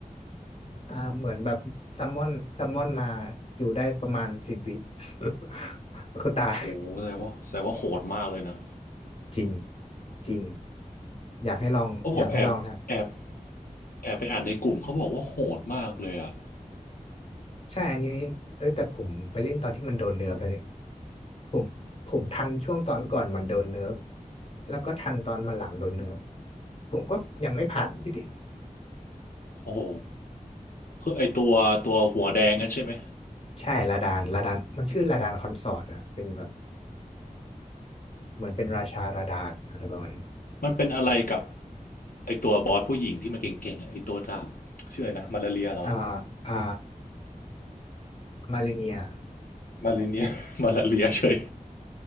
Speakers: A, on the left (about 45°); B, on the left (about 80°).
A: อ่าเหมือนแบบซัมมอนซัมมอนมาอยู่ได้ประมาณสิบวิ <laughs> แล้วก็ตาย
B: โอ้แสดงว่าแสดงว่าโหดมากเลยนะ
A: จริงจริงอยากให้ลองอยากให้ลองนะ
B: เพราะผมแอบแอบแอบไปอ่านในกลุ่มเขาบอกว่าโหดมากเลยอ่ะ
A: ใช่ อันนี้เออแต่ผมไปเล่นตอนที่มันโดนเนิร์ฟเลยผมผมทันช่วงตอนก่อนมันโดนเนิร์ฟแล้วก็ทันตอนมันหลังโดนเนิร์ฟผมก็ยังไม่ผ่านพี่ดิ
B: โอ้โหคือไอตัวตัวหัวแดงนั่นใช่ไหม
A: <laughs> ใช่ลาดานลาดานมันชื่อลาดานคอนสอร์ตอะเป็นแบบเหมือนเป็นราชาลาดานอะไรประมาณนี้
B: มันเป็นอะไรกับไอตัวบอสผู้หญิงที่มันเก่งๆอะไอตัวดาบชื่ออะไรนะมาลาเรียเหรา
A: อ่าอ่ามาเลเนีย <laughs>
B: มาลิเนีย <laughs> มาลาเรียเฉย